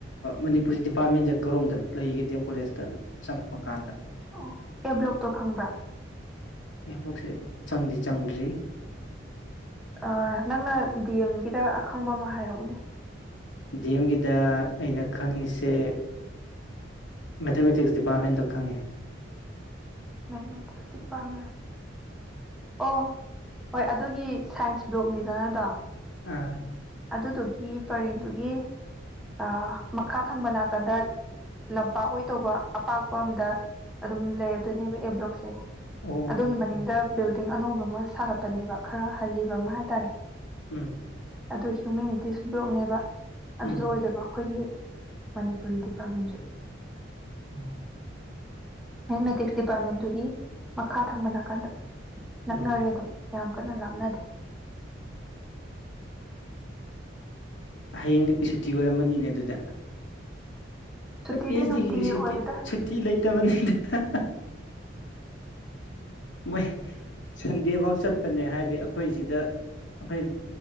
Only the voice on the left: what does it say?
ꯃꯅꯤꯄꯨꯔꯁ ꯗꯤꯄꯥꯔꯠꯃꯦꯟꯁꯦ ꯀꯔꯣꯝꯗ ꯂꯩꯒꯦ ꯗꯤꯑꯦꯝ ꯀꯣꯂꯦꯖꯇ ꯆꯪꯉꯛꯄ ꯀꯥꯟꯗ
ꯑꯦꯕꯂꯣꯛꯁꯦ ꯆꯪꯗꯤ ꯆꯪꯗ꯭ꯔꯤ
ꯗꯤ ꯑꯦꯝꯒꯤꯗ ꯑꯩꯅ ꯈꯪꯉꯤꯁꯦ ꯃꯦꯊꯃꯦꯇꯤꯛꯁ ꯗꯤꯄꯥꯔꯠꯃꯦꯟꯗꯣ ꯈꯪꯉꯦ
ꯑꯥ
ꯑꯣ
ꯎꯝ
ꯎꯝ
ꯎꯝ
ꯎꯝ
ꯍꯌꯦꯡꯗꯤ ꯁꯨꯇꯤ ꯑꯣꯏꯔꯝꯃꯅꯤꯅꯦ ꯑꯗꯨꯗ
ꯍꯣꯏ ꯄꯤ ꯑꯩꯆ
ꯗꯤꯒꯤꯗꯤ
ꯁꯨꯇꯤ ꯂꯩꯇꯕꯅꯤꯗ ꯃꯣꯏ ꯁꯟꯗꯦ ꯋꯥꯛ ꯆꯠꯄꯅꯦ ꯍꯥꯏꯗꯤ ꯑꯩꯈꯣꯏ ꯁꯤꯗ ꯑꯩꯈꯣꯏ